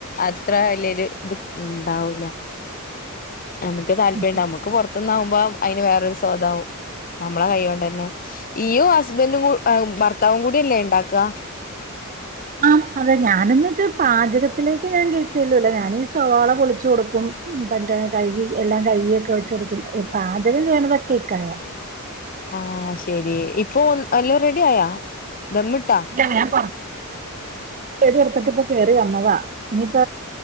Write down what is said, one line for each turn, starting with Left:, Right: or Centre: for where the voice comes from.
Left: അത്ര വലിയൊര് ത് ണ്ടാവൂല നമുക്ക് താല്പര്യംണ്ടാവും
Right: ഉം.
Left: നമ്മുക്ക് പൊർത്ത്ന്നാവുമ്പോ അയ്ന് വേറൊരു സ്വാദാവും നമ്മളെ കൈയ്യോണ്ടെന്നെ ഇയ്യും ഹസ്ബന്ടും അ ഭർത്താവും കൂടില്ലേണ്ടാക
Right: ആ അതെ ഞാനന്ന്ച്ച് പാചകത്തിലേക്ക് ഞാൻ കേറിചെല്ലൂല ഞാനീ സോവാള പൊളിച്ചു കൊടുക്കും പ ട്രം കഴുകി എല്ലാം കഴുകിയൊക്കെ വെച്ചൊട്ക്കും. പാചകം ചെയ്യുന്നതൊക്കെ ഇക്കായാ
Left: ആഹ്. ശെരി ഇപ്പൊ എല്ലു റെഡി ആയാ ദമ്മിട്ടാ
Right: ഇല്ല ഞാൻ പൊറത്ത് കെതിക്കെട്ത്ത് ട്ട് ഇപ്പം കേറി വന്നതാ, ഇനിയിപ്പ